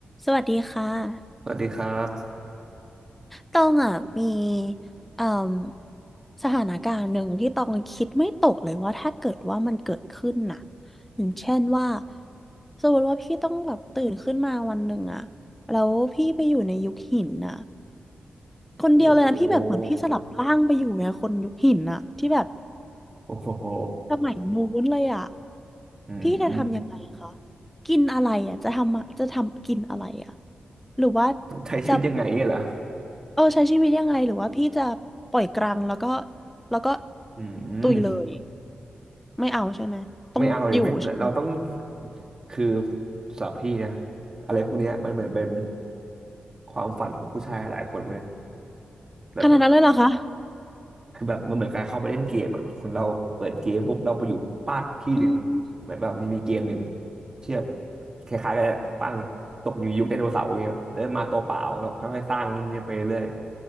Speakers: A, in the centre; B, on the right.
A: สวัสดีค่ะ
B: สวัสดีครับ
A: ต้องอ่ะมีเอ่มสถานการณ์หนึ่งที่ต้องคิดไม่ตกเลยว่าถ้าเกิดว่ามันเกิดขึ้นน่ะอย่างเช่นว่าสมมติว่าพี่ต้องแบบตื่นขึ้นมาวันหนึ่งอ่ะแล้วพี่ไปอยู่ในยุคหินน่ะคนเดียวเลยนะพี่แบบเหมือนพี่สลับร่างไปอยู่ในคนยุคหินน่ะที่แบบ
B: โอ้โหโอ้โห
A: สมัยนู้นเลยอ่ะ
B: อืม
A: พี่จะทำยังไงคะกินอะไรอ่ะจะทำจะทำกินอะไรอ่ะหรือว่า
B: ใช้ชีวิตยังไงเนี่ยเหรอ
A: จะ เออใช้ชีวิตยังไงหรือว่าพี่จะปล่อยกลางแล้วก็แล้วก็
B: อืม
A: ตุยเลยไม่เอาใช่ไหมต้องอยู่ใช่ไหม
B: ไม่เอาเลยไม่เราต้องคือสำหรับพี่นะอะไรพวกเนี้ยมันเหมือนเป็นความฝันของผู้ชายหลายคนเลยแบบ
A: ขนาดนั้นเลยเหรอคะ
B: คือแบบมันเหมือนการเข้าไปเล่นเกมอ่ะคนเราเปิดเกมปุ๊บเราไปอยู่ปากที่หนึ่ง
A: อืม
B: เหมือนแบบมันมีเกมหนึ่งที่แบบคล้ายๆกันแหละตั้งตกอยู่ยุคไดโนเสาร์อย่างเงี้ยแล้วมาตัวเปล่ากับค่อยๆสร้างนู่นเนี่ยไปเรื่อย